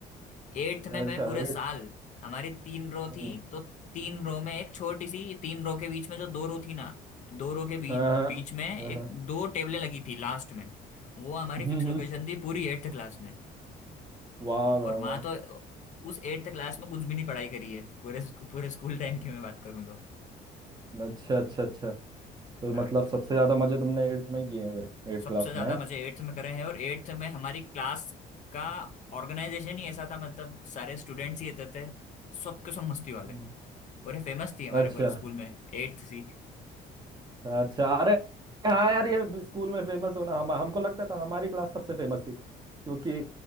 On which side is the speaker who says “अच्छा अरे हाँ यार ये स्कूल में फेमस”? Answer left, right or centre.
Right